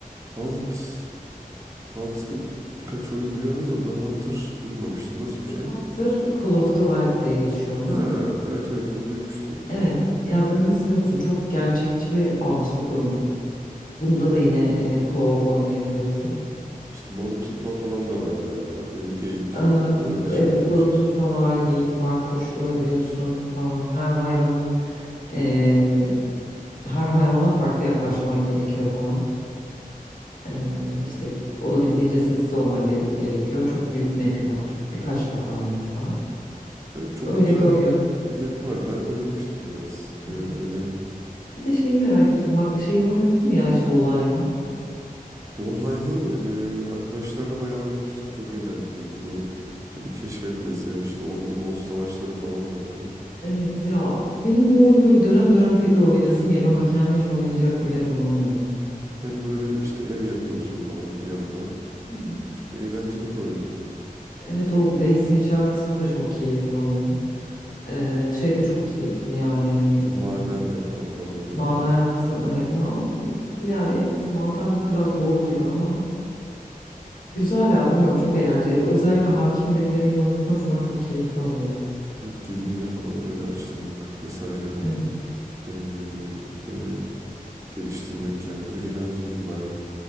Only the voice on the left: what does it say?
The
Hunter Call of the Wild diye geçiyor
bu.
Evet. Ya böyle nasıl biliyor musun? Çok gerçekçi bir avcılık oyunu. Bunda da yine e, co-op oynayabiliyorsun.
Ee,
evet
balık
tutma var, geyik var, kuş vurabiliyorsun falan. Her hayvanın eee, her hayvana farklı yaklaşman gerekiyor falan. Ee, işte olabildiğince sessiz olman ge- gerekiyor. Çok büyük map'i var. Birkaç hatta map'i var.
Öyle
bir oyun.
Evet.
Bir de şeyi merak ettim. Bak şeyi oynadın mı ya hiç Volay mı?
Evet ya benim bu oyunu böyle dönem dönem tekrar oynasım geliyor ama kendime hiç oynayacak birileri bulamıyorum.
Hmm.
Evet o base inşa kısmı da çok keyifli oyunun. Ee, şey de çok keyifli yani hani
m,
maden yaptın evet ma yani evet maden biraz zor gibi ama güzel ya bilmiyorum çok eğlenceliydi. Özellikle hakim birileriyle oynadığın zaman çok keyifli oluyor.
Evet